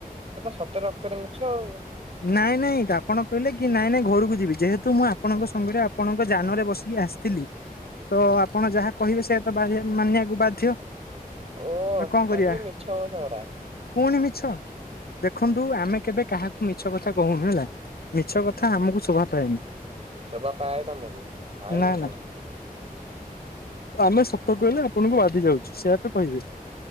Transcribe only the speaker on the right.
ସତରେ ରକ୍ତରେ ମିଛ ଆଉ।
ଓ
ଖାଲି
ମିଛ କଥାଉରା।
ଶୋଭା ପାଏ ତମକୁ ପାଏନି
କଣ?